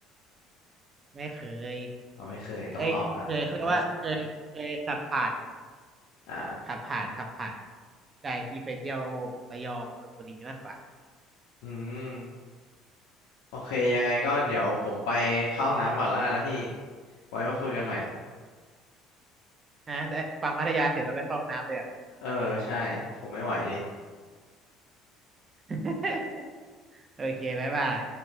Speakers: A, on the right (about 30°); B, on the left (about 85°).
A: ไม่เคย
B: อ๋อไม่เคยต้องลองละ
A: เอ้ยเคยเขาเรียกว่าเคยเคยขับผ่านเฉย
B: อ่า
A: ขับผ่านขับผ่านใจที่ไปเที่ยวระยองชลบุรีมากกว่า
B: อืมโอเคยังไงก็เดี๋ยวผมไปเข้าห้องน้ำก่อนแล้วกันนะพี่
A: อืม
B: ไว้มาคุยกันใหม่
A: ฮะได้ฟังพัทยาเสร็จแล้องไปเข้าห้องน้ำเลยเหรอ่ะ
B: เออใช่ผมไม่ไหวดิ
A: <laughs> โอเคบ๊ายบาย